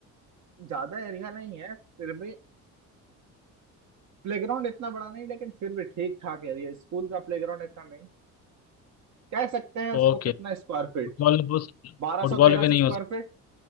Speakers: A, on the right; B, on the left.
A: ज्यादा एरिया नहीं है फिर भी प्लेग्राउंड इतना बड़ा नहीं लेकिन फिर भी ठीक ठाक एरिया स्कूल का प्लेग्राउंड इतना नहीं कह सकते हैं उसको
B: ओके
A: कितना square
B: फुटबॉल
A: feet
B: हो सकता
A: बारह
B: फुटबॉल
A: सौ तेरह
B: भी
A: सौ
B: नहीं
A: square
B: हो सकता
A: feet